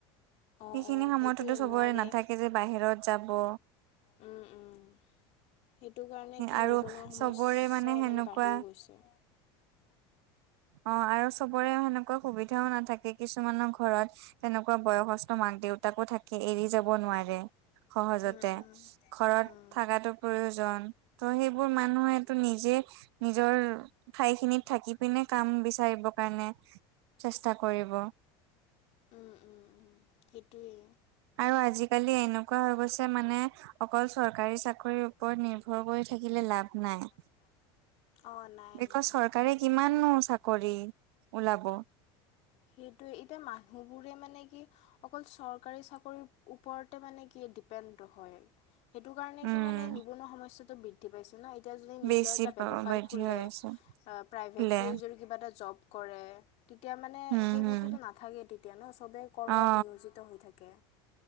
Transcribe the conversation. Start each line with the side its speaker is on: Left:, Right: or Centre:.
Left: অঁ
Right: সেইখিনি
Left: অঁ
Right: সময়টোতো
Left: সেইটোৱে
Right: চবৰে
Left: নোৱাৰে
Right: নাথাকে যে বাহিৰত যাব
Left: উম উম সেইটো কাৰণে কি
Right: আৰু
Left: নিবনুৱা সমস্যা
Right: চবৰে সেনেকুৱা
Left: মানে বাঢ়িও গৈছে।
Right: অ আৰু চবৰে সেনেকুৱা সুবিধাও নাথাকে কিছুমানৰ ঘৰত তেনেকুৱা বয়সস্থ মাক দেউতাকো থাকে এৰি যাব নোৱাৰে। সহজতে
Left: উম উম
Right: ঘৰত
Left: উম
Right: থকাটো প্ৰয়োজন। ত' সেইবোৰ মানুহটো নিজে নিজৰ ঠাই খিনিত থাকি পিনে কাম বিচাৰিব কাৰণে চেষ্টা কৰিব।
Left: উম উম উম সেইটোৱে।
Right: আৰু আজি-কালি এনেকুৱা হৈ গৈছে মানে অকল চৰকাৰী চাকৰিৰ ওপৰত নিৰ্ভৰ কৰি থাকিলে লাভ নাই।
Left: <inaudible> নাই
Right: বিকজ
Left: নাই
Right: চৰকাৰে কিমাননো চাকৰি ওলাব
Left: সেইটোৱে এতিয়া মানুহবোৰে মানে কি অকল চৰকাৰী চাকৰিৰ ওপৰতে মানে কি ডিপেণ্ডটো হয় সেইটো কাৰণেটো
Right: উম
Left: মানে নিবনুৱা সমস্যাটো বৃদ্ধি পাইছে ন এত- এতিয়া যদি
Right: বেছি
Left: নিজৰ এটা ব্যৱসায়
Right: বাধি
Left: খোলে
Right: হৈ আছে
Left: প্ৰাইভেটকে
Right: বোলে
Left: যদি কিবা এটা জব কৰে তেতিয়া মানে
Right: উম
Left: সেই
Right: হম
Left: বস্তুটো নাথাকে তেতিয়া ন চবেই কৰ্মত
Right: অ
Left: নিয়োজিত হৈ থাকে।